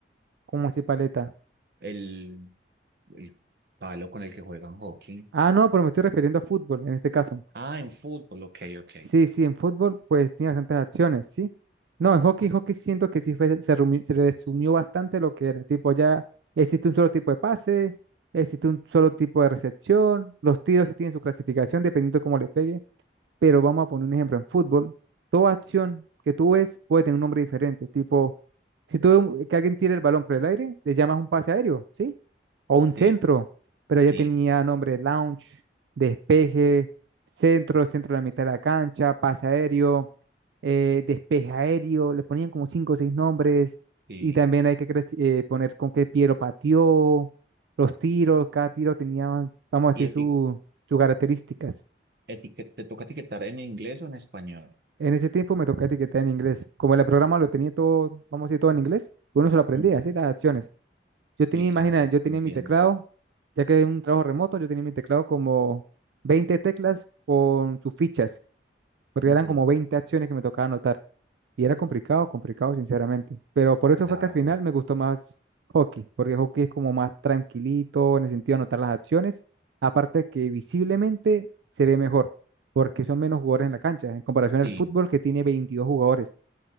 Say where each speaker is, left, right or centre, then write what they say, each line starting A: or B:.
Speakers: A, on the right (about 80°); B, on the right (about 60°).
A: como así paleta?
B: el, el palo con el que juegan hockey.
A: Ah, no, pero me estoy refiriendo a fútbol en este caso.
B: Ah, en fútbol, ok, ok.
A: Sí, sí, en fútbol pues tiene bastantes acciones, ¿sí? No, en hockey, hockey siento que sí fue- se, rumi- se resumió bastante lo que era. Tipo, ya existe un solo tipo de pase, existe un solo tipo de recepción, los tiros sí tienen su clasificación dependiendo de cómo le pegue. Pero vamos a poner un ejemplo, en fútbol, toda acción que tú ves puede tener un nombre diferente, tipo, si tú ves un- que alguien tira el balón por el aire, le llamas un pase aéreo, ¿sí? O un centro,
B: Sí,
A: pero ya
B: sí,
A: tenía nombre de launch, despeje, centro, centro de la mitad de la cancha, pase aéreo, eh, despeje aéreo, le ponían como cinco o seis nombres,
B: sí.
A: y también hay que cre- eh, poner con qué pie lo pateó, los tiros, cada tiro tenía, vamos a decir,
B: ¿Y eti-
A: su, sus características.
B: etiquet- te toca etiquetar en inglés o en español?
A: En ese tiempo me tocaba etiquetar en inglés. Como el programa lo tenía todo, vamos a decir, todo en inglés, uno se lo aprendía,
B: Ujú,
A: así las acciones. Yo tenía,
B: Sí, claro,
A: imagina, yo tenía
B: entiendo.
A: mi teclado, ya que es un trabajo remoto, yo tenía mi teclado como 20 teclas con sus fichas, porque
B: Ujú,
A: eran como 20 acciones que me tocaba anotar. Y era complicado, complicado, sinceramente. Pero por eso
B: Claro.
A: fue que al final me gustó más hockey, porque hockey es como más tranquilito en el sentido de anotar las acciones. Aparte que visiblemente se ve mejor, porque son menos jugadores en la cancha, en comparación al
B: Sí.
A: fútbol que tiene 22 jugadores.